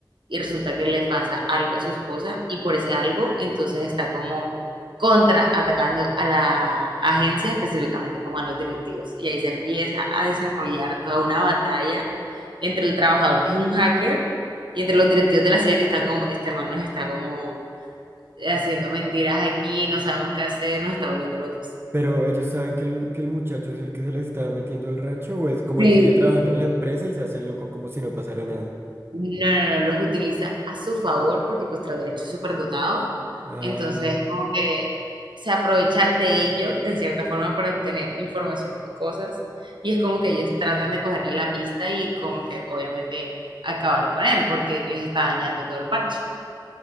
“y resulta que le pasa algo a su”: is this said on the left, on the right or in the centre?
Right